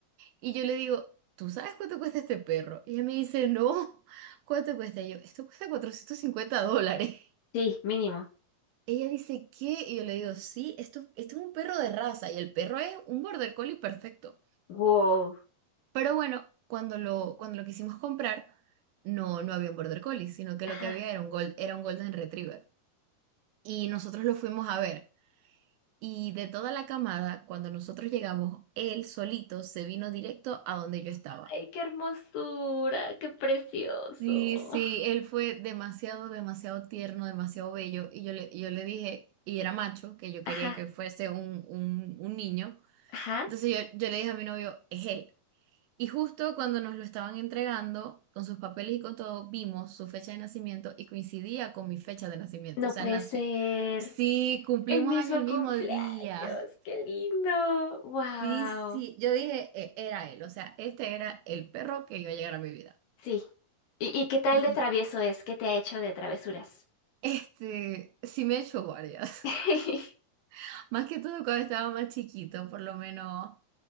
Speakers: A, on the right; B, on the left.
A: Y yo le digo, ¿tú sabes cuánto cuesta este perro? Y ella me dice, no, ¿cuánto cuesta? Y yo, esto cuesta 450 dólares.
B: Sí, mínimo.
A: Ella dice, ¿qué? Y yo le digo, sí, esto, esto es un perro de raza y el perro es un border collie perfecto.
B: Wow.
A: Pero bueno, cuando lo, cuando lo quisimos comprar, no, no había un Border Collie, sino que
B: Ajá.
A: lo que había era un Gold, era un Golden Retriever. Y nosotros lo fuimos a ver. Y de toda la camada, cuando nosotros llegamos, él solito se vino directo a donde yo estaba.
B: Ay, qué hermosura, qué precioso.
A: Y sí, él fue demasiado, demasiado tierno, demasiado bello. Y yo le, yo le dije, y era macho, que yo
B: Ajá,
A: quería que fuese un, un, un niño.
B: ajá,
A: Entonces yo, yo le dije a mi novio, es él. Y justo cuando nos lo estaban entregando, con sus papeles y con todo, vimos su fecha de nacimiento y coincidía con mi fecha de nacimiento.
B: no
A: O sea,
B: puede
A: nació...
B: ser.
A: Sí, cumplimos
B: El mismo
A: año el
B: cumpleaños,
A: mismo día.
B: qué lindo. Wow.
A: Sí, sí. Yo dije, "E- era él. O sea, este era el perro que iba a llegar a mi vida.
B: Sí. ¿Y, y qué tal
A: Y
B: de travieso es? ¿Qué te ha hecho de travesuras?
A: este, sí me he hecho guardias.
B: <laughs>
A: <laughs> Más que todo cuando estaba más chiquito, por lo menos,